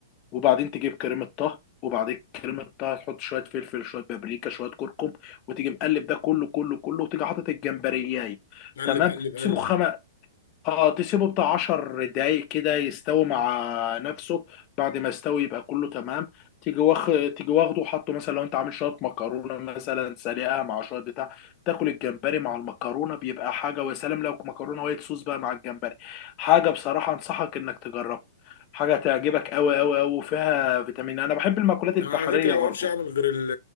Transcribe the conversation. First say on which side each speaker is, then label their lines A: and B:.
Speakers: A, on the left; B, on the left.
A: وبعدين تجيب كريمه طه وبعدين كريمه طه تحط شويه فلفل شويه بابريكا شويه كركم وتيجي مقلب ده كله كله كله وتيجي حاطط الجمبرياي
B: قلب
A: تمام
B: قلب قلب
A: تسيبه خم... اه تسيبه بتاع 10 دقايق كده يستوي مع نفسه بعد ما يستوي يبقى كله تمام تيجي واخ تيجي واخده وحطه مثلا لو انت عامل شويه مكرونه مثلا سلقه مع شويه بتاع تاكل الجمبري مع المكرونه بيبقى حاجه ويا سلام لو مكرونه وايت صوص بقى مع الجمبري حاجه بصراحه انصحك انك تجربها حاجه تعجبك قوي قوي قوي وفيها فيتامين انا بحب المأكولات البحريه
B: انا على فكره ما
A: برضو
B: بعرفش اعمل غير ال-